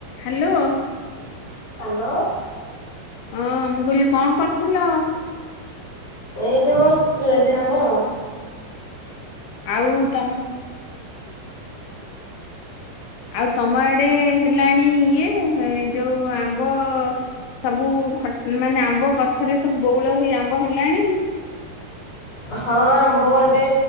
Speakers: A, on the left; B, on the left.
A: Hello
B: hello
A: ହଁ ମୁଁ କହିଲି କଣ କରୁଥିଲ?
B: ଏଇଠି ବସିଛୁ ଏଇଠି ଆମେ ଆଉ।
A: ଆଉ ତ ଆଉ ତମ ଆଡେ ହେଲାଣି ଇଏ ଏ ଯୋଉ ଆମ୍ବ ସବୁ ଖ ମାନେ ଆମ୍ବ ଗଛରେ ସବୁ ବଉଳ ହେଇ ଆମ୍ବ ହେଲାଣି?
B: ହଁ ଆମ୍ବ ଏବେ